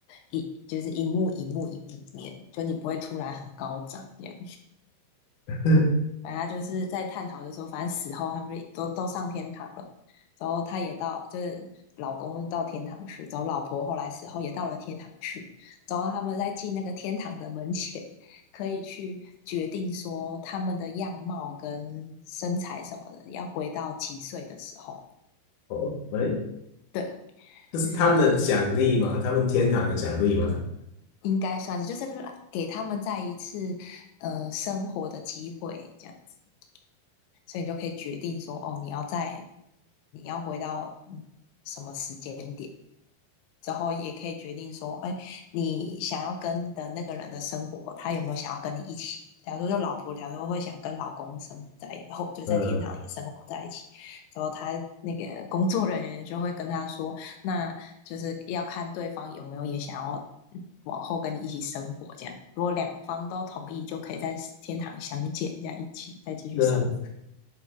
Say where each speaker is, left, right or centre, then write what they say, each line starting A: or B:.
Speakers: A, on the left; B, on the left.
A: 一就是一幕一幕一幕里面，就你不会突然很高涨这样。
B: <laughs>
A: 反正他就是在探讨的时候，反正死后他们就都都上天堂了。然后他也到，就是老公到天堂去，然后老婆后来死后也到了天堂去。然后他们在进那个天堂的门前，可以去决定说他们的样貌跟身材什么的，要回到几岁的时候。
B: 哦，喂，
A: 对，
B: 这是他们的奖励吗？
A: 就是
B: 他们天堂的奖励吗？
A: 应该算是，就是给他们再一次呃生活的机会，这样子。所以你就可以决定说，哦，你要在你要回到嗯什么时间点，之后也可以决定说，哎，你想要跟的那个人的生活，他有没有想要跟你一起？假如说老婆，假如说会想跟老公生活在一起，然后就在天堂也生活在一起，
B: 呃，
A: 之后他那个工作人员就会跟他说，那就是要看对方有没有也想要嗯往后跟你一起生活，这样如果两方都同意，就可以在天堂相见，这样一起再继续生活。
B: 这样。